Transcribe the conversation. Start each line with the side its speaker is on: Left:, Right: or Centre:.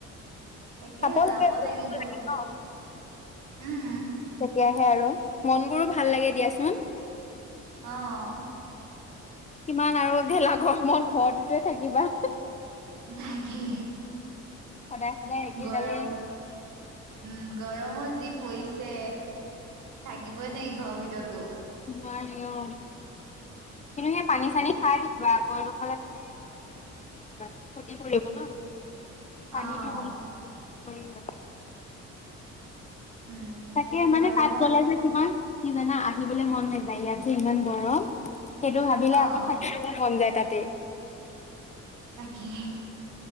Right: তাকে
Left: চাব
Right: যাব
Left: লাগে কৰিব
Right: লাগিব,
Left: লাগে ন
Right: উম।
Left: তেতিয়াহে আৰু মন বোৰো ভাল লাগে দিয়াচোন।
Right: অহ।
Left: কিমান আৰু ভেলাঘৰ ম ঘৰটোতে থাকিবা।
Right: তাকে
Left: সদায় সদায় একেডালে
Right: গৰম
Left: অ
Right: উম, গৰম। মোৰ যি পৰিছ থাকিবই নাই ঘৰ ভিতৰ <inaudible>
Left: মা'ই অ'। কিন্তু সেই পানী-চানী
Right: তাক
Left: খাই থাকিবা। গৰম হ'লে মানে গৰমটোৱে বহুত হেৰি কৰে ক্ষতি কৰিব ন। পানীটো
Right: অ',
Left: বহুত। <inaudible>
Right: উম,
Left: তাকে
Right: এই
Left: মানে
Right: গৰমত
Left: কাত গ'লে যে তোমাৰ। কি জানা আহিবলৈ মন নাযায়। ইয়াত যে ইমান গৰম। সেইটো ভাবিলে
Right: অ',
Left: আকৌ থাকিবলে মন যায়। তাতেই।
Right: তাকে,